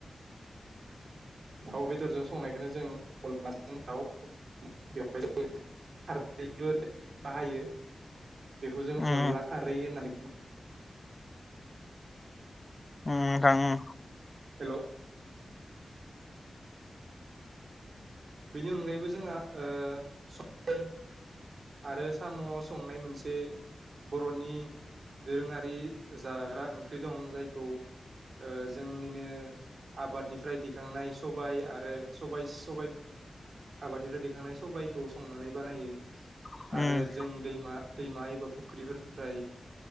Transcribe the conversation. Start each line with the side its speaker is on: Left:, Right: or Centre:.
Right: दाउ बेदरजों संनायखौनो जों अनलाजों दाउ बेवहायारै बाहायो। बेखौ जों
Left: उम
Right: अनला खारै होननानै
Left: उम थां उम
Right: हेल' बेनि अनगायैबो जोंहा ओ आरो साम' संनाय मोनसे बर'नि दोरोङारि जाग्रा ओंख्रि दं जायखौ ओ जोंनिनो आबादनिफ्राय दिखांनाय सबाय आरो सबाय सबाय आबादनिफ्राय देखांनाय सबाइखौ संनानै बानायो
Left: उम
Right: आरो जों दैमा दैमा एबा फुख्रिफोरनिफ्राय